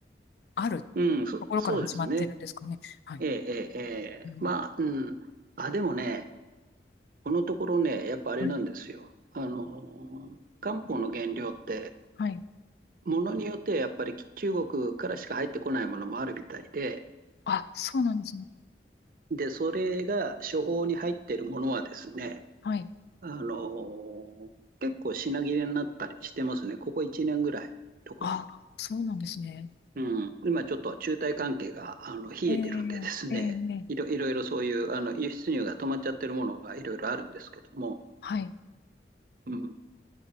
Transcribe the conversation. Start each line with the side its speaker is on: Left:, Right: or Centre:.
Left: ある
Right: うん、そ、
Left: ところから始まってるんですかね。
Right: そうですね。
Left: はい。
Right: ええ、ええ、ええ。
Left: うん、
Right: まあ、うん。あ、でもね、このところね、やっぱあれなんですよ。
Left: はい、
Right: あの、漢方の原料って、
Left: はい。
Right: ものによってはやっぱり中国からしか入ってこないものもあるみたいで、
Left: あ、そうなんですね。
Right: で、それが処方に入っているものはですね、
Left: はい。
Right: あの、結構品切れになったりしてますね。ここ1年ぐらい、特に。
Left: あ、そうなんですね。
Right: うん。今ちょっと中台関係が、あの、冷えてるんでですね、
Left: ええええええ
Right: いろいろいろそういう、あの、輸出入が止まっちゃってるものがいろいろあるんですけども、
Left: はい、
Right: うん。